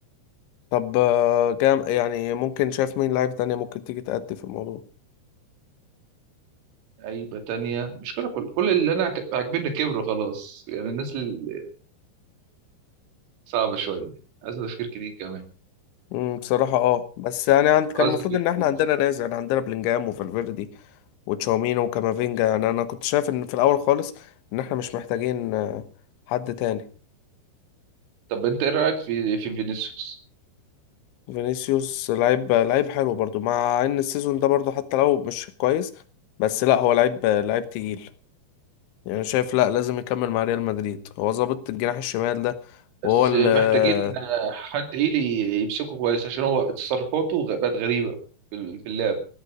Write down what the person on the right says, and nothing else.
لعيبه تانية مش كده كل كل اللي انا عاجب- عاجبني كبروا خلاص يعني الناس اللي صعبه شويه عايز تفكير كتير كمان
عايز
تفكير
كتير
طب انت ايه رايك في في فينيسيوس
بس
محتاجين حد ايه اللي يمسكه كويس عشان هو تصرفاته غ- بقت غريبه في ال- في اللعب